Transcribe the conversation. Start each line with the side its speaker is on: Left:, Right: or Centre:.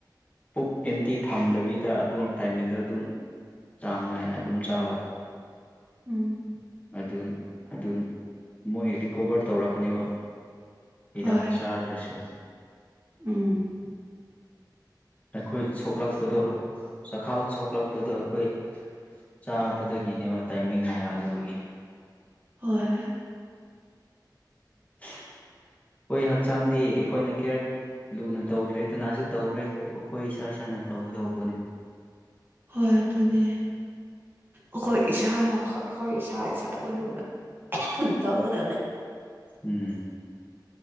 Left: ꯄꯨꯛ ꯑꯦꯝ ꯇꯤ ꯊꯝꯗꯕꯤꯗ ꯑꯗꯨꯝ ꯇꯥꯏꯃꯤꯡꯗꯣ ꯑꯗꯨꯝ ꯆꯥꯡ ꯅꯥꯏꯅ ꯑꯗꯨꯝ ꯆꯥꯕ
Right: ꯎꯝ
Left: ꯗꯨꯟ ꯑꯗꯨꯅ ꯃꯣꯏ ꯔꯤꯀꯣꯕꯔ ꯇꯧꯔꯛꯀꯅꯦꯕ ꯍꯤꯗꯥꯛ
Right: ꯍꯣꯏ
Left: ꯆꯥꯗ꯭ꯔꯁꯨ
Right: ꯎꯝ
Left: ꯑꯩꯈꯣꯏ ꯁꯣꯛꯂꯛꯄꯗꯣ ꯆꯈꯥꯎ ꯁꯣꯛꯂꯛ ꯄꯗꯣ ꯑꯩꯈꯣꯏ ꯆꯥꯕꯗꯒꯤꯅꯦꯕ ꯇꯥꯏꯃꯤꯡ ꯌꯥꯗꯕꯒꯤ
Right: ꯍꯣꯏ
Left: ꯑꯩꯈꯣꯏ ꯍꯛꯆꯥꯡꯗꯤ ꯑꯩꯈꯣꯏꯅ ꯀꯦꯌꯔ ꯂꯨꯅ ꯇꯧꯗ꯭ꯔꯦ ꯀꯅꯥꯁꯨ ꯇꯧꯔꯣꯏ ꯑꯩꯈꯣꯏ ꯏꯁꯥ ꯏꯁꯥꯅ ꯇꯧꯒꯗꯧꯕꯅꯤ
Right: ꯍꯣꯏ ꯑꯗꯨꯅꯦ ꯑꯈꯣꯏ ꯏꯁꯥꯅ ꯑꯩꯈꯣꯏ ꯏꯁꯥ ꯏꯁꯥꯕꯨ ꯂꯨꯅ ꯇꯧꯒꯗꯕꯅꯦ
Left: ꯎꯝ